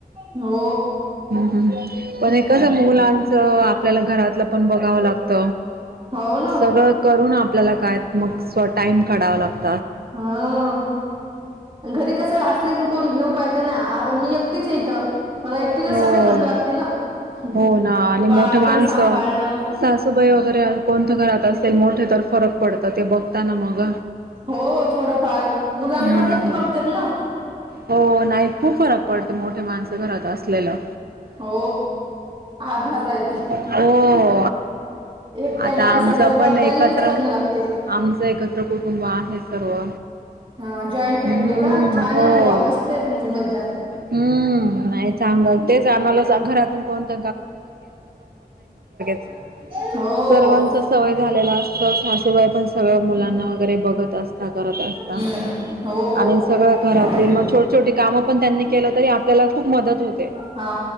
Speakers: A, on the right; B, on the right.
A: हो
B: ह पण एकादा
A: हम्म.
B: मुलांच आपल्याला घरातलं पण बघावं लागत
A: हो ना
B: सगळं करून आपल्याला काय मग स्व टाइम काढावा लागतो
A: हा घरी कस असलं की कोणी घेऊ पाजे ना आता मी एकतेच आहे इथं मला एकटीला
B: हो
A: सगळं करणे लागते ना हम्म
B: हो ना आणि
A: ते बाळ
B: मोठे
A: पण
B: माणसं
A: सांभाळणं
B: सासूबाई वगैरे कोणतं घरात असेल मोठे तर फरक पडत ते बघताना मग
A: हो थोडंफार मुलांकडेच
B: हम्म
A: बघतात ना
B: हो नाही खूप फरक पडत मोठे माणसे घरात असते असलेला
A: हो आधार राहते
B: हो
A: एकट्या
B: आता
A: माणसाला
B: आमचं
A: जबाबदारीनच
B: पण एकत्र
A: करणं लागते
B: आमचं एकत्र कुटुंब आहे सर्व
A: हा जॉईंट फॅमिली
B: हम्म
A: आहे का छान
B: हो
A: आहे मु मस्त आहे तुमच मज्जा
B: हम्म नाही चांगल तेच आम्हाला घरातून कोणत
A: <inaudible>
B: सर्वांचा
A: हो
B: सवय झालेला असत सासूबाई पण सगळ मुलांना
A: हम्म
B: वगैरे बघत असत
A: हम्म हो
B: आणि सगळ घरातली मग छोट छोटी काम ण त्यांनी के तरी आपल्याला खूप मदत होते
A: हा